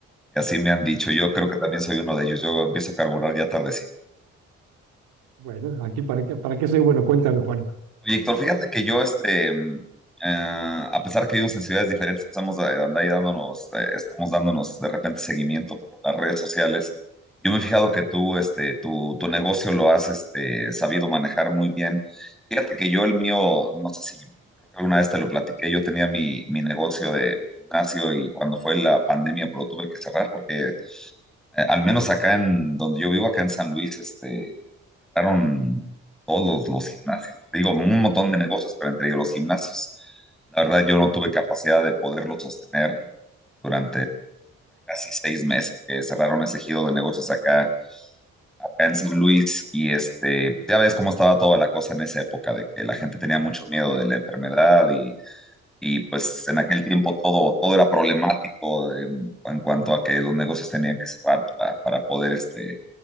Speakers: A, in the centre; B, on the right.
A: que así me han dicho. Yo creo que también soy uno de ellos. Yo empiezo a carburar ya tardecito.
B: Bueno, aquí para qué, para qué soy bueno, cuéntame, Juan.
A: Oye, Héctor, fíjate que yo, este, mm, eh, a pesar que vivimos en ciudades diferentes, estamos eh, ahí dándonos, eh, estamos dándonos de repente seguimiento por las redes sociales. Yo me he fijado que tú, este, tu, tu negocio lo has, este, sabido manejar muy bien. Fíjate que yo el mío, no sé si, creo que alguna vez te lo platiqué, yo tenía mi, mi negocio de mi gimnasio y cuando fue la pandemia, pues lo tuve que cerrar porque, eh, al menos acá en donde yo vivo, acá en San Luis, este cerraron todos los, gimnasios. Digo, un montón de negocios, pero entre ellos los gimnasios. La verdad, yo no tuve capacidad de poderlo sostener durante casi seis meses que cerraron ese giro de negocios acá, acá en San Luis. Y este, pues ya ves cómo estaba toda la cosa en esa época, de que la gente tenía mucho miedo de la enfermedad y, y pues en aquel tiempo todo, todo era problemático de- en cuanto a que los negocios tenían que cerrar para, para poder este,